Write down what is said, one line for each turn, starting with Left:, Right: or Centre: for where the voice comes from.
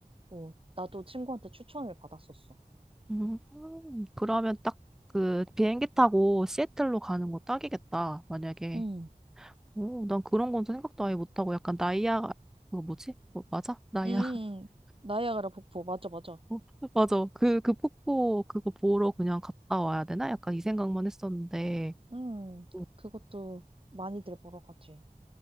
Right: 어, 나도 친구한테 추천을 받았었어.
Centre: 음, 그러면 딱 그 비행기 타고 시애틀로 가는 거 딱이겠다, 만약에.
Right: 응,
Centre: 오, 난 그런 건 생각도 아예 못하고 약간 나이아가, 그거 뭐지? 뭐, 맞아? 나이아가.
Right: 응, 나이아가라 폭포. 맞아, 맞아.
Centre: <laughs> 어, 맞아. 그, 그 폭포 그거 보러 그냥 갔다 와야 되나? 약간 이 생각만 했었는데.
Right: 응,
Centre: 오,
Right: 그것도 많이들 보러 가지.